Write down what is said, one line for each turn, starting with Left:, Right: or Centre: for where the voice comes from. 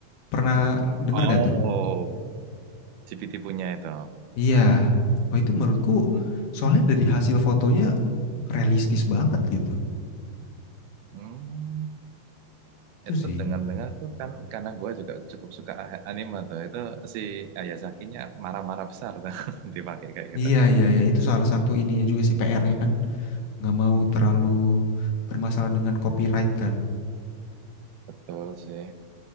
Left: Pernah denger
Right: Oh,
Left: nggak tuh?
Right: GPT punya itu.
Left: Iya, oh itu menurutku
Right: Hmm,
Left: soalnya dari hasil fotonya realistis banget gitu.
Right: hmm.
Left: Itu
Right: Itu
Left: sih.
Right: dengar-dengar tuh kan karena gue juga cukup suka a- anime tuh. Itu si Ayazakinya marah-marah besar tuh <laughs> dipakai kayak gitu.
Left: Iya, iya, iya, itu salah satu ininya juga sih PR-nya kan nggak mau terlalu bermasalah dengan copyright kan.
Right: Betul sih.